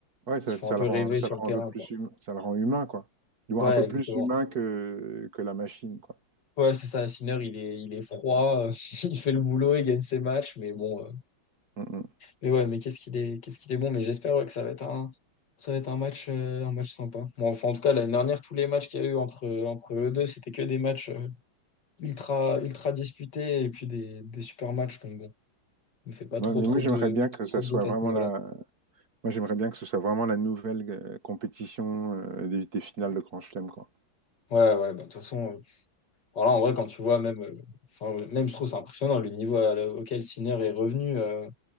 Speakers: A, on the right (about 50°); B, on the left (about 55°).
A: Ouais, ça,
B: qui font
A: ça
B: un peu
A: le rend,
B: rêver
A: ça
B: sur
A: le
B: le
A: rend
B: terrain,
A: un peu plus
B: quoi.
A: humain, ça le rend humain, quoi. Du moins,
B: Ouais,
A: un peu
B: exactement.
A: plus humain que, que la machine, quoi.
B: Ouais, c'est ça, Sinner, il est, il est froid, euh, <laughs> il fait le boulot, il gagne ses matchs, mais bon, euh,
A: Mm, mm.
B: mais ouais, mais qu'est-ce qu'il est, qu'est-ce qu'il est bon, mais j'espère ouais, que ça va être un, ça va être un match, euh, un match sympa. Bon, enfin, en tout cas, l'année dernière, tous les matchs qu'il y a eu entre, entre eux deux, c'était que des matchs euh, ultra, ultra disputés et puis des, des super matchs, donc bon, ne fait pas
A: Ouais,
B: trop,
A: mais
B: trop
A: moi, j'aimerais
B: de,
A: bien que ça
B: trop de
A: soit
B: doute à
A: vraiment
B: ce niveau-là.
A: la, moi, j'aimerais bien que ce soit vraiment la nouvelle euh, compétition euh, des, des finales de Grand Chelem, quoi.
B: Ouais, ouais, bah, de toute façon, euh, voilà, en vrai, quand tu vois, même, euh, enfin, euh, même, je trouve, c'est impressionnant le niveau à la- auquel Sinner est revenu. euh,